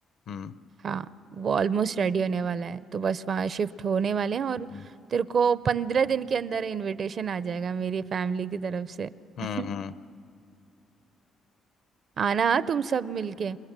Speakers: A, on the left; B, on the right.
A: हम्म
B: हाँ वो ऑलमोस्ट रेडी होने वाला है तो बस वहाँ शिफ्ट होने वाले हैं और
A: हम्म
B: तेरे को पंद्रह दिन के अंदर इनविटेशन आ जाएगा मेरी फैमिली की तरफ से
A: हम्म
B: <laughs> आना तुम सब मिलके